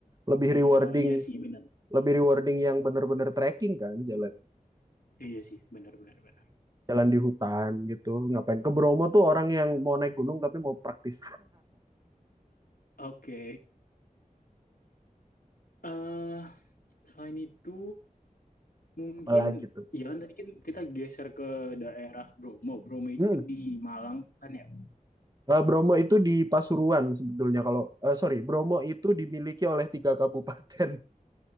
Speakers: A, on the right; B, on the left.
A: Lebih
B: Eh,
A: rewarding,
B: iya sih benar
A: lebih rewarding yang bener-bener trekking kan, jalan
B: iya sih benar benar benar
A: jalan di hutan gitu. Ngapain ke Bromo tuh orang yang mau naik gunung tapi mau praktis
B: oke eh selain itu mungkin
A: apalagi tuh.
B: ya kan tadi kan kita geser ke daerah Bromo Bromo
A: Hmm.
B: itu di Malang kan ya
A: eh, Bromo itu di Pasuruan sebetulnya kalau eh, sorry, Bromo itu dimiliki oleh tiga kabupaten,